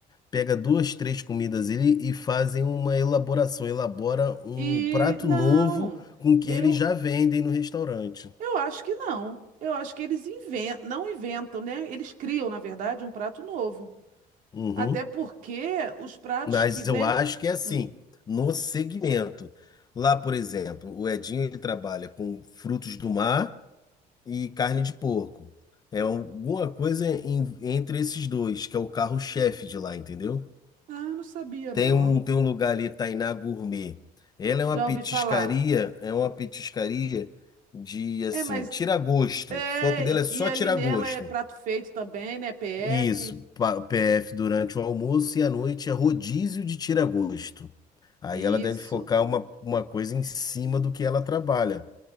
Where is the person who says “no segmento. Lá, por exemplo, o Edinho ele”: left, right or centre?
Left